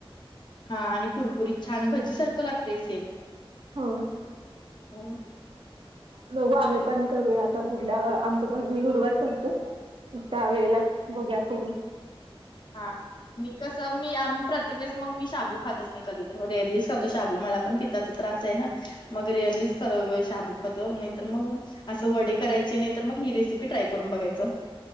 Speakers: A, on the left (about 50°); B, on the right (about 65°).
A: हा आणि कुरकुरीत छान भजी सारखं लागतय सेम.
B: होय.
A: ओड
B: बघू आम्ही पण करूया आता पुढल्या आमचं पण मी गुरुवारी करतो. त्या वेळेला बघू या करून.
A: हा. मी कसं मी आम्ही प्रतिवेेस मग मी शाबू खातच नाही कधी तर रेरलीच खातो शाबू मला पण ती ताचा त्रास आहे ना मग रेअरलीच करं शाबू खातो नाही तर मग असं वडे करायचे नाही तर मग ही रेसिपी ट्राय करून बघायचं.